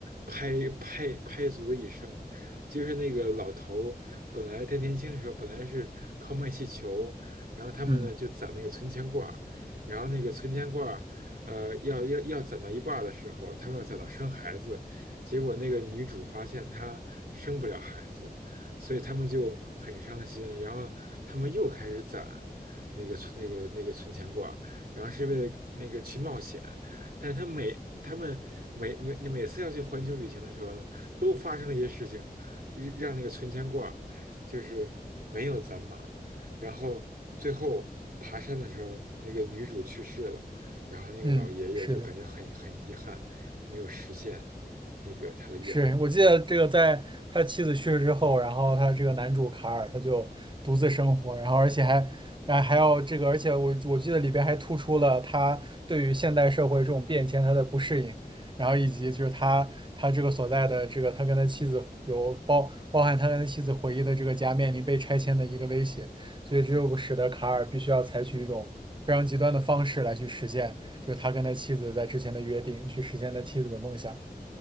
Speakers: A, on the right; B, on the right.
A: 拍拍拍足了一生，就是那个老头本来他年轻的时候本来是靠卖气球，然后他们呢就攒那个存钱罐儿，
B: 嗯，
A: 然后那个存钱罐儿，呃，要要要攒到一半儿的时候，他们要攒到生孩子，结果那个女主发现她生不了孩子，所以他们就很伤心，然后他们又开始攒那个存那个那个存钱罐儿，然后是为了那个去冒险，但是他每他们每每每次要去环球旅行的时候呢，都发生了一些事情，让让那个存钱罐儿就是没有攒满，然后最后爬山的时候，那个女主去世了，然后那个老爷爷就感觉很很遗憾，
B: 嗯，是的。
A: 没有实现那个他的愿望。
B: 是我记得这个，在他妻子去世之后，然后他这个男主卡尔他就独自生活，然后而且还还还要这个，而且我我记得里边还突出了他对于现代社会这种变迁他的不适应，然后以及就是他他这个所在的这个他跟他妻子有包包含他跟他妻子回忆的这个家面临被拆迁的一个威胁，所以这就使得卡尔必须要采取一种非常极端的方式来去实现，就是他跟他妻子在之前的约定，去实现他妻子的梦想。